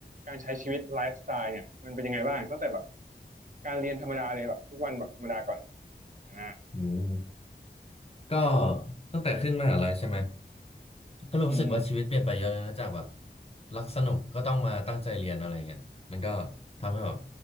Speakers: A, on the right (about 45°); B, on the left (about 35°).
A: การใช้ชีวิตไลฟ์สไตล์เนี่ยมันเป็นยังไงบ้างตั้งแต่แบบการเรียนธรรมดาเลยแบบทุกวันแบบธรรมดาก่อนอ่า
B: อืมก็ตั้งแต่ขึ้นมหาลัยใช่ไหมก็รู้สึกว่าชีวิตเปลี่ยนไปเยอะเลยนะจากแบบ
A: อืมอืม
B: รักสนุกก็ต้องมาตั้งใจเรียนอะไรเงี้ยมันก็ทำให้แบบ